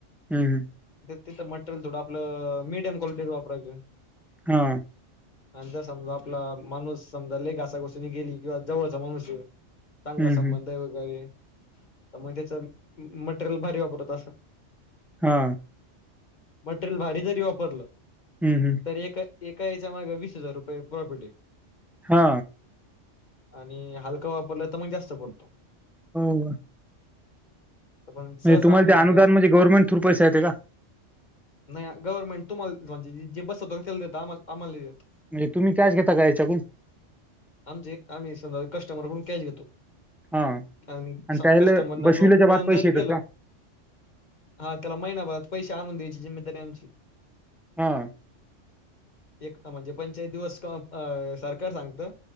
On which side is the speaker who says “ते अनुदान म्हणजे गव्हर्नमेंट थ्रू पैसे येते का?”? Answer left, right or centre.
Centre